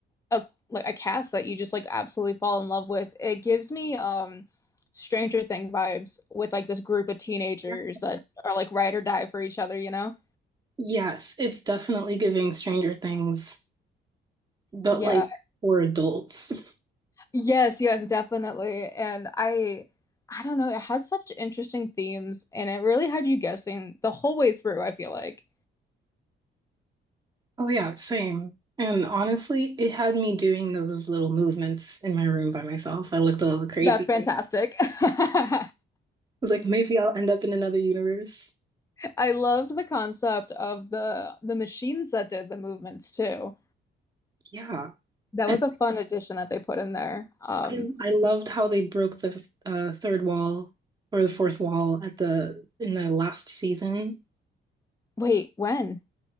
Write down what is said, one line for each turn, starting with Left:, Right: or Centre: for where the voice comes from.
Left: a like a cast that you just like absolutely fall in love with. It gives me um Stranger Thing vibes with like this group of teenagers
Right: Yeah.
Left: that are like ride or die for each other, you know?
Right: Yes, it's definitely giving Stranger Things, but
Left: Yeah.
Right: like for adults.
Left: Yes, yes, definitely. And I I don't know, it had such interesting themes and it really had you guessing the whole way through, I feel like.
Right: Oh yeah, same. And honestly, it had me doing those little movements in my room by myself. I looked a little crazy.
Left: That's fantastic.
Right: I
Left: <laughs>
Right: was like, maybe I'll end up in another universe.
Left: I loved the concept of the the machines that did the movements too.
Right: Yeah.
Left: That
Right: And
Left: was a fun addition that they put in there. Um
Right: I I loved how they broke the uh, third wall or the fourth wall at the in the last season.
Left: wait, when?